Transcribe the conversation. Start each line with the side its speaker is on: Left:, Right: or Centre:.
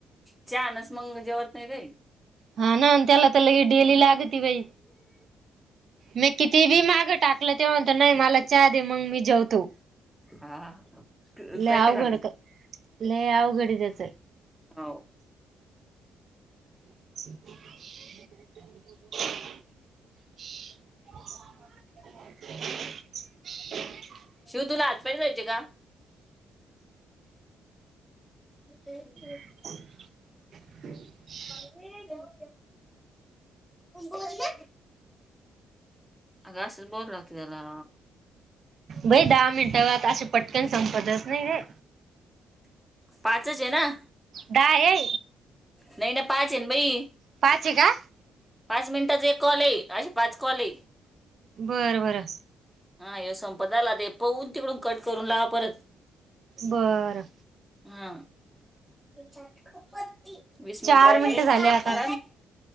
Centre: चहानच मंग जेवत नाही रल
Right: हा ना त्याला तर लगे डेली लाग त बाई मी किती बी मागं टाकलं तेव्हाणत नाही मला चहा दे मग मी जेव तू
Centre: हा
Right: ल
Centre: पॅन्ट
Right: अवघड
Centre: घालतो
Right: ल अवघड त्याच
Centre: हो
Right: <unintelligible> <unintelligible>
Centre: तू तुला हातपाय नाही धुवायचे का. ह.
Right: <unintelligible>
Centre: तुम कोर ना. अ ग असच बॉबल लागतदला.
Right: भाई दहा मिनटंवर असं पटकन संपतच नाही र.
Centre: पाचच आहे ना
Right: दा आहे.
Centre: नाही ना पाचेन भाई.
Right: पाची का.
Centre: पाच मिनिटाचा एक कॉल आहे असशी पाच कॉल आहे.
Right: बर बर.
Centre: हा ये संपदा आला ते पहून तिकडून कट करून ला परत.
Right: बर
Centre: हा च उप वीस मिनिट
Right: चार
Centre: राहिले
Right: मिनिटं झाले
Centre: शेत
Right: आता
Centre: क